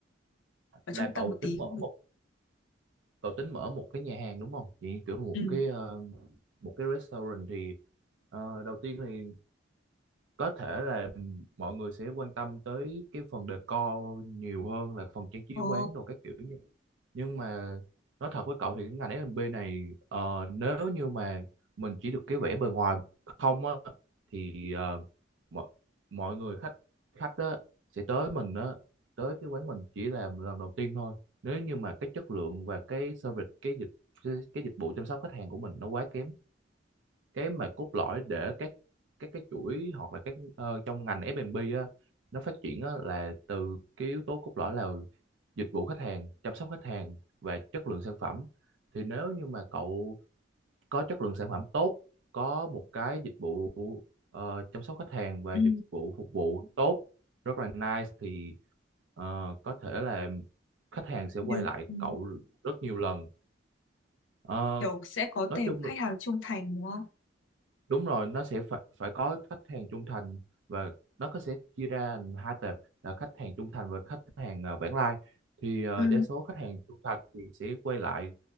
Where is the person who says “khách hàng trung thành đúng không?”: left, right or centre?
Left